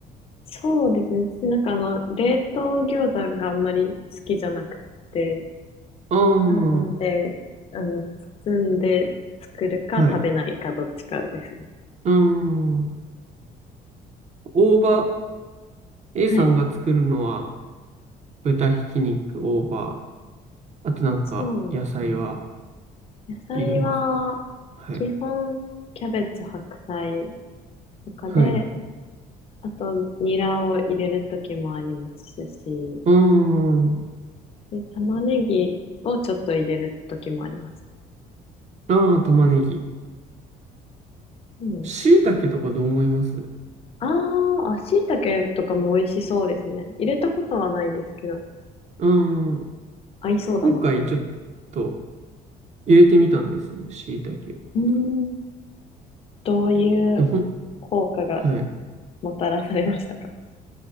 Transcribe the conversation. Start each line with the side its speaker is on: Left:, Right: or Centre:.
Left: そうですね。私なんかあの、冷凍餃子があんまり好きじゃなくて、
Right: ああー、
Left: なんで、あの、包んで作るか食べないかどっちかですね。
Right: はい。うーん。大葉、A
Left: はい。
Right: さんが作るのは豚ひき肉、大葉、あとなんか野菜は
Left: そうですね。野菜は、
Right: 入れます。はい。
Left: 基本、キャベツ、白菜とかで、
Right: はい。う
Left: あと、ニラを入れる時もありますし、
Right: ーん。
Left: で、玉ねぎをちょっと入れる時もあります。
Right: ああ、玉ねぎ。
Left: でも、
Right: 椎茸とかどう思います
Left: あの、あーあ、椎茸とかも美味しそうですね。入れたことはないですけど、
Right: うーん。
Left: 合いそうだなって思います。
Right: 今回ちょっと入れてみたんですよね、椎茸を。
Left: うーん、どういう
Right: でほん、
Left: 効果が
Right: はい。
Left: もたらされましたか